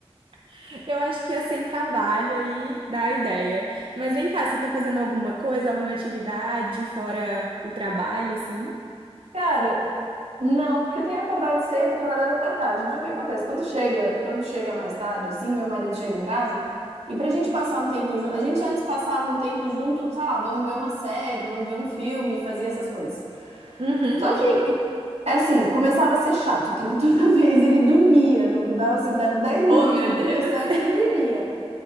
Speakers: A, on the right; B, on the right.
A: <laughs> eu acho que é sem trabalho aí dá a ideia. Mas vem cá, você tá fazendo alguma coisa, alguma atividade fora o trabalho, assim?
B: Cara, não, porque eu tenho acordado cedo, e trabalhado até tarde. Então, o que acontece? Quando chega, quando chega mais tarde, assim, meu marido chega em casa, e pra gente passar um tempo junto, a gente antes passava um tempo junto, sei lá, vamos ver uma série, vamos ver um filme, fazia essas coisas.
A: Uhum.
B: Só que, é assim, começava a ser chato, porque toda <laughs> vez ele dormia, no, dava assim, dava 10 minutos
A: Oh,
B: de
A: meu
B: filme,
A: Deus.
B: eu sério, ele dormia.